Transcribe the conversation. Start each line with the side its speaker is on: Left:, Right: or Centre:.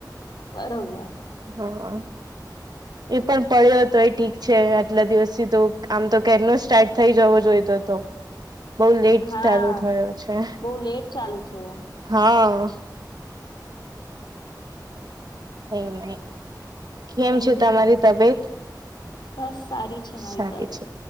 Left: બરોબર
Right: હા એ પણ પડ્યો હતો એ ઠીક છે આટલા દિવસથી તો આમ તો કેરનો સ્ટાર્ટ થઈ જવો જોઈતો હતો બહુ લેટ
Left: હા
Right: ચાલુ થયો છે
Left: બહુ લેટ ચાલુ થયો
Right: હા હમમ અ કેમ
Left: બરાબર.
Right: છે તમારી તબિયત?
Left: બસ સારી છે મારી
Right: સારી
Left: તબિયત
Right: છે